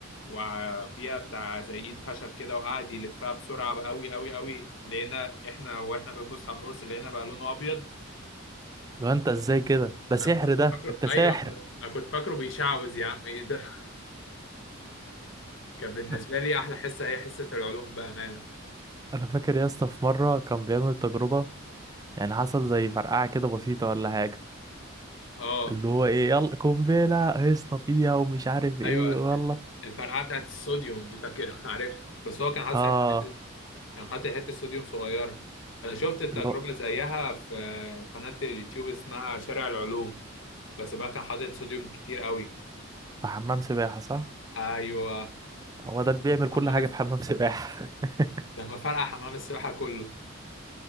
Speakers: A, on the left; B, on the right.
A: وفيها بتاع زي ايد خشب كده وقعد يلفها بسرعه قوي قوي قوي لقينا احنا واحنا بنبص على القرص لقينا بقى لونه ابيض
B: لو انت ازاي كده ده سحر
A: انا كنت
B: ده
A: فاكره
B: انت
A: ايوه
B: ساحر
A: كنت- انا كنت فاكره بيشعوذ يا عم ايه ده <laughs> كان بالنسبه
B: <laughs>
A: لي احلى حصه هي حصه العلوم بامانه
B: انا فاكر يا اسطى في مرة كان بيعمل تجربة يعني حصل زي فرقعة كده بسيطة ولا حاجة
A: اه
B: اللي هو ايه يلا قنبلة هيصنا فيها ومش عارف ايه
A: ايوه
B: ويلا
A: الفرقعه بتاعت الصوديوم دي فاكر <laughs> عارف بس هو كان حاطط
B: اه
A: ساعتها حتة- كان حاطط حته صوديوم صغيره انا شفت التجربه
B: اللي هو
A: زيها في قناه اليوتيوب اسمها شارع العلوم بس بقى كان حاطط صوديوم كتير قوي
B: في حمام سباحة صح
A: ايوه
B: هو ده بيعمل كل
A: حمام
B: حاجة في حمام سباحة <laughs>
A: لما فرقع حمام السباحة كله